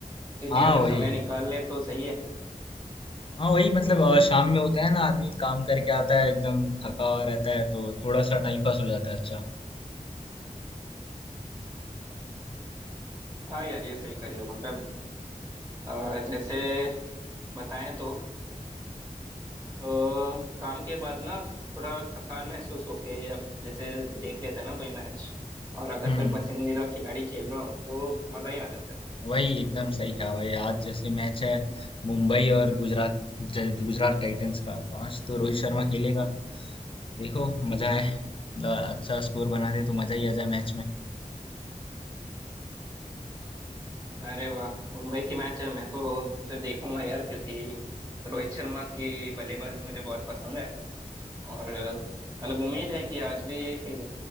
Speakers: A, on the right (about 30°); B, on the left (about 40°).
A: फिर
B: हाँ
A: भी अगर
B: वही।
A: समय निकाल ले तो सही है
B: हाँ वही मतलब अ, शाम में होता है ना आदमी काम करके आता है एकदम थका हुआ रहता है तो थोड़ा सा टाइम पास हो जाता है अच्छा।
A: हाँ यार ये सही करियो मतलब अ, जैसे बताएं तो अ, काम के बाद ना थोड़ा थकान महसूस होके अब जैसे देख लेते हैं ना कोई मैच और अगर
B: हुँ।
A: कोई पसंदीदा खिलाड़ी खेल रहा हो तो मजा ही आ जाता है
B: वही एकदम सही कहा भाई आज जैसे मैच है मुंबई और गुजरात ज- गुजरात टाइटंस का तो आज तो रोहित शर्मा खेलेगा देखो मजा है मतलब अच्छा स्कोर बना दे तो मजा ही आ जाए मैच में
A: अरे वाह मुंबई की मैच है मैं तो फिर देखूंगा यार क्योंकि रोहित शर्मा की बल्लेबाजी मुझे बहुत पसंद है और अ, मतलब उम्मीद है कि आज भी